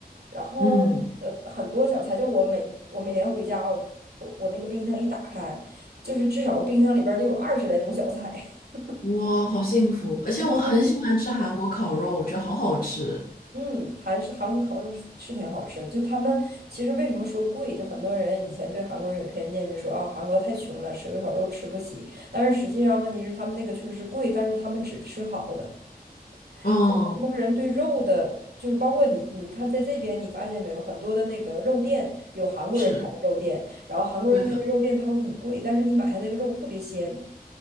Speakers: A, on the right; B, on the left.
A: 然后呃，
B: 嗯，
A: 很多小菜，就我每我每年回家，我我那个冰箱一打开，就是至少冰箱里边儿得有二十来种小菜。<laughs>
B: 哇，好幸福！而且我很喜欢吃韩国烤肉，
A: 然后都
B: 我觉得好好吃。
A: 嗯，韩式韩国烤肉是是挺好吃的。就他们其实为什么说贵，就很多人以前对韩国人有偏见，就说啊韩国太穷了，吃个烤肉吃不起。但是实际上问题是他们那个确实是贵，但是他们只吃好的。
B: 嗯，
A: 就很多人对肉的，就是包括你，你看在这边你发现没有，很多的那个肉店有韩国人开的肉店，
B: 是，
A: 然后韩国人开的肉店它会很贵，
B: 对的。
A: 但是你买它那个肉特别鲜，